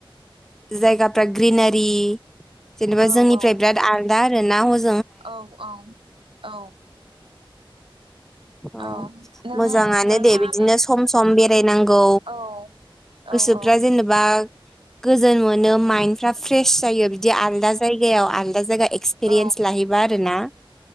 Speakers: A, in the centre; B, on the right.
A: जायगाफ्रा ग्रिनारि जेनेबा
B: औ
A: जोंनिफ्राय
B: औ
A: बिराद आलदा आरो ना हजों
B: औ औ औ
A: अ
B: औ नों
A: मोजाङानो
B: नोंथाङालाय
A: दे बिदिनो सम सम बेरायनांगौ
B: औ औ
A: गोसोफ्रा
B: औ
A: जेनेबा गोजोन मोनो माइन्दफ्रा फ्रेस जायो बिदि आलदा जायगायाव आलदा जायगा एक्सपिरियेन्स
B: औ
A: लाहैबा आरोना